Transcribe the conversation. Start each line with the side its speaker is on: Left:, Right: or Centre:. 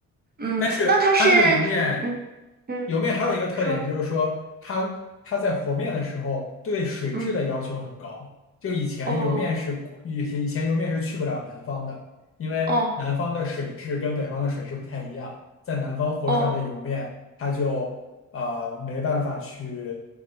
Right: 嗯，
Left: 但是它这个油面，
Right: 那它是，嗯嗯，
Left: 油面还有一个特点就是说它，
Right: 你说，
Left: 它在和面的时候对水质的要求很高。
Right: 嗯，
Left: 就以前油面是以前以前油面是去不了南方的，
Right: 哦
Left: 因为南方的水质跟北方的水质不太一样，
Right: 哦
Left: 在南方和出来的油面它就呃没办法去
Right: 哦